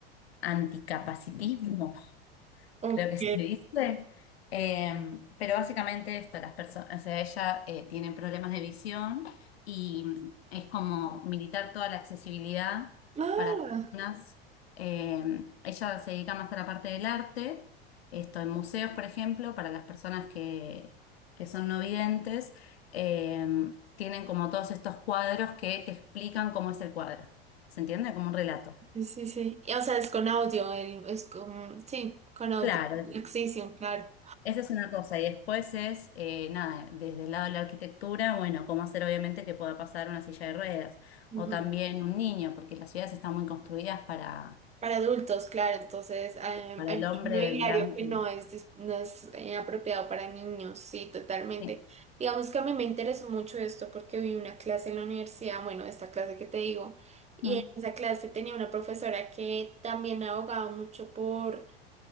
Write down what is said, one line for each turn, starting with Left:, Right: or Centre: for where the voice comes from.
Left: anticapacitismo,
Right: Ok.
Left: creo que se dice. Em, pero básicamente esto, las personas, o sea, ella eh, tiene problemas de visión y es como militar toda la accesibilidad
Right: Ah,
Left: para personas. Em, ella se dedica más a la parte del arte, esto en museos, por ejemplo, para las personas que, que son no videntes, em, tienen como todos estos cuadros que te explican cómo es el cuadro. ¿Se entiende? Como un relato.
Right: sí, sí, sí. Y, o sea, es con audio, el, es con, sí, con audio.
Left: Claro, es-
Right: La Extensión, claro.
Left: Esa es una cosa, y después es, eh, nada, desde el lado de la arquitectura, bueno, cómo hacer obviamente que pueda pasar una silla de ruedas,
Right: <gasps>
Left: o también un niño, porque las ciudades están muy construidas para,
Right: Para adultos, claro, entonces eh,
Left: para
Right: hay
Left: el
Right: mucho
Left: hombre
Right: mobiliario
Left: blanco.
Right: que no es, dis- no es eh, apropiado para niños, sí, totalmente.
Left: Sí,
Right: Digamos que a mí me interesó mucho esto porque vi una clase en la universidad, bueno, esta clase que te digo, y
Left: mm,
Right: en esa clase tenía una profesora que también abogaba mucho por,